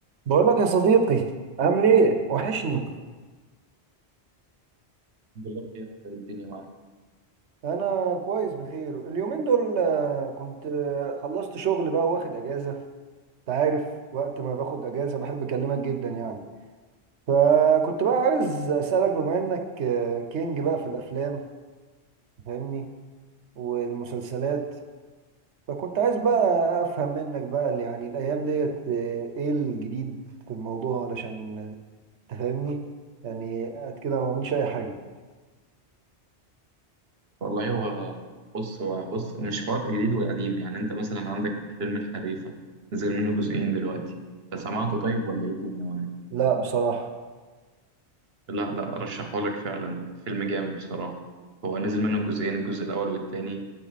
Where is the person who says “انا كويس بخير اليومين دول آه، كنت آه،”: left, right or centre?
Right